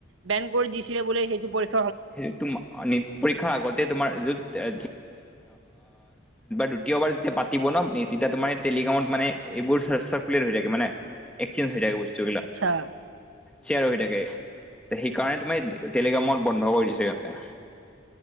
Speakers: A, on the right; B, in the centre.
A: বেন কৰি দিছিলে বোলে সেইটো পৰক্ষা
B: সেই তোম নিত পৰীক্ষাৰ আগতে তোমাৰ যত আ দ্বিতীয়বাৰ যেতিয়া পাতিব ন তেতিয়া তোমাৰ টেলিকমত মানে এইবোৰ হৈ থাকে মানে এক্সেঞ্জ হৈ থাকে বস্তু
A: আচ্ছা
B: চেয়াৰ হৈ থাকে। সেইকাৰণে টেলিগ্ৰামত বন্ধ কৰি দিছে ইয়াতে।